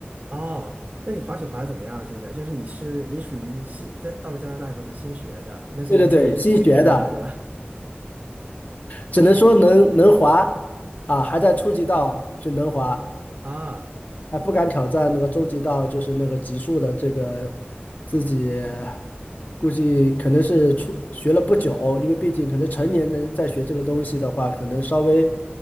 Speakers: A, on the right; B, on the left.
A: 哦，那你滑雪滑的怎么样啊？现在就是你是你属于新在到了加拿大以后才新学的，那现在进步进步的如何
B: 对对对，新学的，只能说能能滑啊，还在初级道就能滑。
A: <laughs> 啊？
B: 还不敢挑战那个终极道，就是那个极速的这个自己，估计可能是初学了不久，因为毕竟可能成年人在学这个东西的话，可能稍微